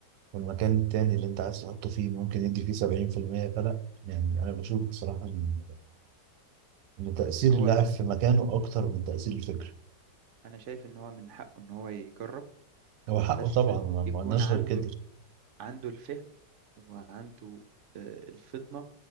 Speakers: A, on the right; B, on the right.
A: والمكان التاني اللي أنت عايز تحطه فيه ممكن يدي فيه 70% فلا يعني أنا بشوف بصراحة إن إن تأثير
B: هو
A: اللاعب في مكانه أكتر من تأثير الفكرة
B: انا شايف ان هو من حقه ان هو يجرب
A: هو حقه
B: بس
A: طبعا ما ما
B: يكون
A: قلناش
B: عنده
A: غير كده
B: ال- عنده الفهم وعنده آه، الفطنة